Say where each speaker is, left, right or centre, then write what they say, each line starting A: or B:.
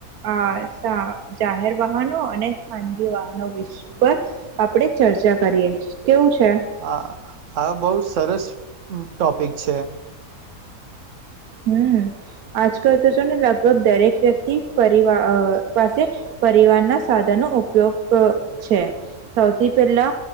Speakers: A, on the right (about 80°); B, on the right (about 60°).
A: આ જાહેર વાહનો અને ખાનગી વાહનો વિષય પર આપડે ચર્ચા કરીએ, કેવું છે
B: હા હા બઉ સરસ ટોપિક છે.
A: હમ્મ આજકાલ તો જો ને લગભગ દરેક વ્યક્તિ પરિવાઅ પાસે પરિવારના સાધનો ઉપયોગ છે. સૌથી પહેલા